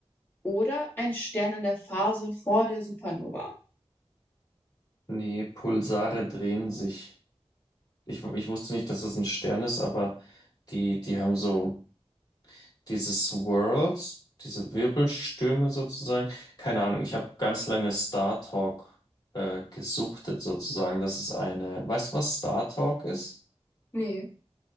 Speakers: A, on the left (about 20°); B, on the left (about 40°).
A: oder ein Stern in der Phase vor der Supernova?
B: Nee, Pulsare drehen sich. Ich, ich wusste nicht, dass es ein Stern ist, aber die, die haben so. diese Swirls, diese Wirbelstürme sozusagen. Keine Ahnung, ich habe ganz lange Star Talk äh, gesuchtet sozusagen. Das ist eine, weißt du, was Star Talk ist?
A: Nee.